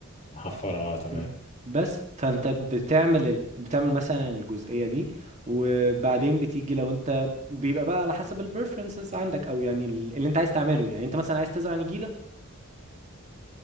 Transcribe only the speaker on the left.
محفرة اه تمام